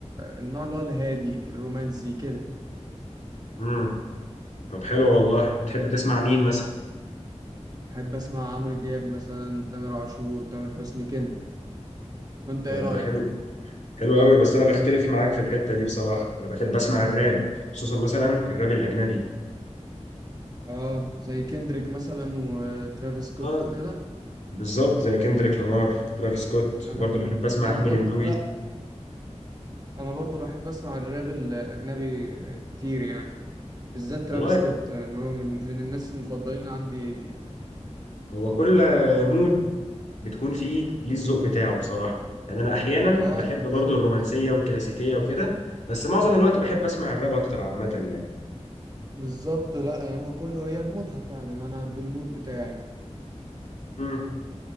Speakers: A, on the right (about 35°); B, on the left (about 75°).
A: النوع اللي هو الهادي الرومانسي كده
B: امم طب حلو والله بتحب تسمع مين مثلا؟
A: بحب اسمع عمرو دياب مثلا تامر عاشور تامر حسني كده انت
B: طب
A: ايه رايك
B: ده حلو حلو قوي بس انا بختلف معاك في الحتة دي بصراحة، انا بحب اسمع الراب خصوصا مثلا الراب الاجنبي.
A: اه زي كندريك مثلا وترافيس سكوت
B: اه
A: وكده
B: بالظبط زي كندريك لامار، ترافيس سكوت
A: انا
B: وبرضه بحب اسمع
A: انا
B: امينيم
A: برضه
B: قوي.
A: لا انا برضه بحب اسمع الراب الاجنبي كتير يعني بالذات
B: والله
A: ترافيس سكوت ان هو من من الناس المفضلين عندي جدا
B: هو كل مود بتكون فيه ليه الذوق بتاعه بصراحة يعني أنا أحيانا
A: اه
B: بحب
A: بالظبط
B: برضو الرومانسية والكلاسيكية وكده بس معظم الوقت بحب أسمع الراب أكتر عامة يعني
A: بالظبط لا هو كله هي بمودها فعلا انا بالمود بتاعي
B: مم.